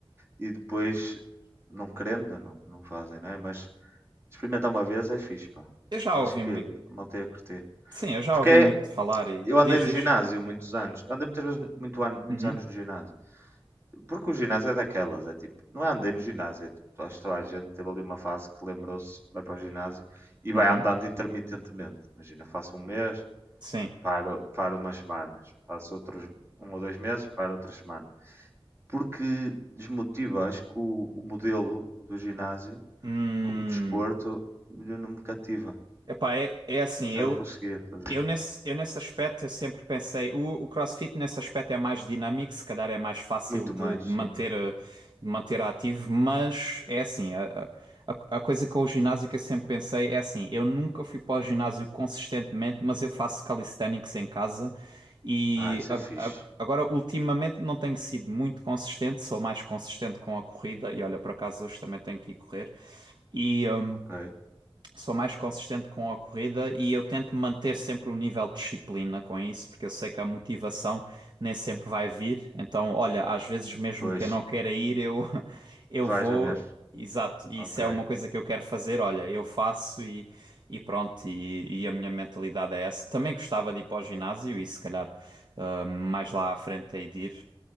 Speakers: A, on the right (about 25°); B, on the right (about 50°).
A: e depois, não querendo, não, não fazem, não é? Mas experimentar uma vez é fixe, pá.
B: eu já
A: Acho
B: ouvi
A: que
B: muito
A: a malta ia curtir.
B: Sim, eu já
A: Porque
B: ouvi
A: é-
B: muito falar e
A: eu andei
B: diz,
A: no
B: diz.
A: ginásio muitos anos. Eu andei muitas vezes muito ano, muitos
B: Uhum,
A: anos no ginásio. Porque o ginásio é daquelas, é tipo, não é andei no ginásio, é tipo, acho que toda a gente teve ali uma fase que lembrou-se, vai para o ginásio e
B: uhum,
A: vai andando intermitentemente. Imagina, faço um mês,
B: sim.
A: paro, paro umas semanas, faço outros um ou dois meses, paro outras semanas Porque desmotiva, acho que o, o modelo do ginásio,
B: Hum,
A: como desporto, não me cativa.
B: epá, é, é assim,
A: Já
B: eu,
A: não conseguia fazer.
B: Eu nesse, eu nesse aspecto eu sempre pensei, o, o CrossFit nesse aspecto é mais dinâmico, se calhar é mais fácil
A: Muito
B: de,
A: mais,
B: de manter,
A: sim.
B: eh, de manter ativo, mas é assim, a, a, a a coisa com o ginásio que eu sempre pensei é assim, eu nunca fui para o ginásio consistentemente, mas eu faço calisthenics em casa e
A: Ah, isso
B: a-
A: é fixe.
B: a- agora ultimamente não tenho sido muito consistente, sou mais consistente com a corrida e olha, por acaso hoje também tenho que ir correr. E, hum,
A: Ok.
B: sou mais consistente com a corrida e eu tento manter sempre um nível de disciplina com isso, porque eu sei que a motivação nem sempre vai vir. Então, olha, às vezes mesmo
A: Pois,
B: que eu não queira ir, eu <laughs> eu
A: vais
B: vou,
A: na mesma.
B: exato, e
A: Ok.
B: isso é uma coisa que eu quero fazer, olha, eu faço e e pronto, e, e a minha mentalidade é essa. Também gostava de ir para o ginásio e se calhar ah, mais lá à frente aí de ir.